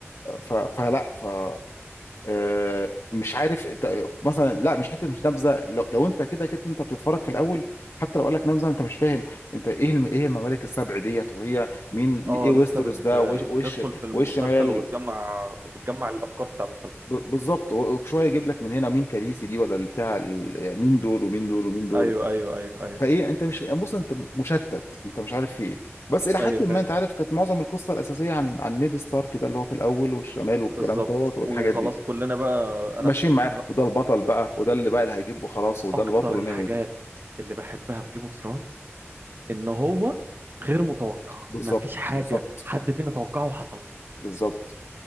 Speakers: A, on the left (about 75°); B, on the right (about 50°).
A: ف فلا ف آه، مش عارف انت مثلا لا مش حته مش نبذه لو, لو انت كده كده انت بتتفرج في الاول حتى لو قال لك نبذه انت مش فاهم انت ايه الم... ايه الممالك السبع ديت وهي مين
B: اه
A: ايه ويستروس
B: لسه بت...
A: ده وايش
B: بتدخل
A: وايش
B: في المسلسل
A: والشمال
B: وبتجمع بتجمع الافكار بتاع المسلسل
A: ب- بالظبط هو شويه يجيب لك من هنا مين كاليسي دي ولا بتاع مين دول ومين دول ومين دول
B: ايوه ايوه ايوه ايوه
A: فايه انت مش يعني بص انت مشتت انت مش عارف في ايه بس الى حد
B: ايوه
A: ما
B: فاهم
A: انت عارف كانت معظم القصه الاساسيه عن عن نيد ستارك ده اللي هو في الاول والشمال والكلام
B: بالظبط
A: دوت والحاجات
B: وخلاص
A: دي
B: كلنا بقى
A: ماشيين
B: انا
A: معاه
B: انا
A: وده البطل بقى وده اللي بقى اللي هيجيبه خلاص
B: من
A: وده
B: اكتر
A: البطل وما
B: الحاجات اللي بحبها في جيم اوف ثرونز ان هو غير متوقع
A: بالظبط
B: مفيش حاجه
A: بالظبط
B: حد فينا توقعه وحصلت
A: بالظبط